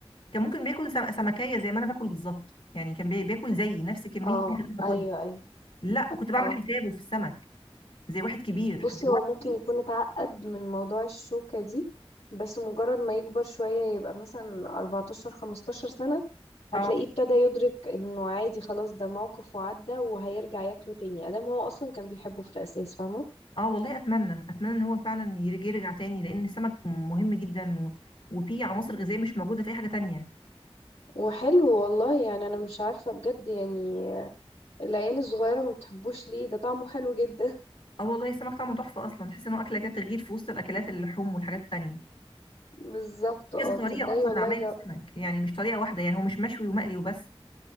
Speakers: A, on the left (about 60°); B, on the left (about 85°).
A: كان ممكن بياكل سم- سمكيه زي ما انا باكل بالظبط يعني كان بي- بياكل زيي نفس كميه
B: اه
A: اللي انا باكلها
B: ايوه ايوه
A: لا وكنت بعمل
B: اه
A: حسابه في السمك زي واحد كبير
B: بصي
A: دلوقتي
B: هو ممكن يكون اتعقد من موضوع الشوكة دي بس مجرد ما يكبر شوية يبقى مثلا 14 15 سنة هتلاقيه
A: اه
B: ابتدى يدرك انه عادي خلاص ده موقف وعدى وهيرجع ياكله تاني ادام هو اصلا كان بيحبه في الاساس فاهمة
A: اه والله اتمنى اتمنى ان هو فعلا يرجع يرجع تاني لان السمك مهم جدا و... وفيه عناصر غذائيه مش موجوده في اي حاجه تانية
B: وحلو والله يعني انا مش عارفة بجد يعني العيال الصغيرة ما بتحبوش ليه ده طعمه حلو جدا
A: اه والله السمك طعمه تحفه اصلا تحس ان هو اكله كده تغيير في وسط الاكلات اللحوم والحاجات التانية
B: <laughs> بالظبط اه
A: كذا طريقه
B: تصدقي
A: اصلا
B: والله
A: لعمايل
B: جو...
A: السمك يعني مش طريقه واحده يعني هو مش مشوي ومقلي وبس